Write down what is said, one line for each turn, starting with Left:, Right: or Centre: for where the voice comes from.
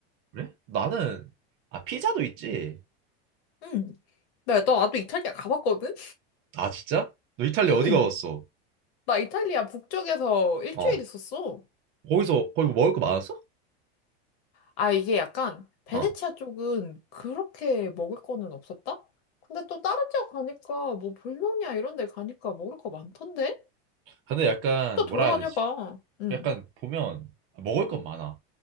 Right: 그래? 나는 아 피자도 있지.
Left: 응. 나, 나, 나도 이탈리아 가봤거든?
Right: 아 진짜? 너 이탈리아
Left: 응.
Right: 어디 가봤어?
Left: 나 이탈리아 북쪽에서 일주일
Right: 어.
Left: 있었어.
Right: 거기서 거기 뭐 먹을 거 많았어?
Left: 아, 이게 약간 베네치아
Right: 어.
Left: 쪽은 그렇게 먹을 거는 없었다? 근데 또 다른 지역 가니까 뭐 볼로냐 이런 데 가니까 먹을 거 많던데?
Right: 근데 약간
Left: 또 돌아다녀봐.
Right: 뭐라 해야 되지?
Left: 응,
Right: 약간 보면 아, 먹을 건 많아.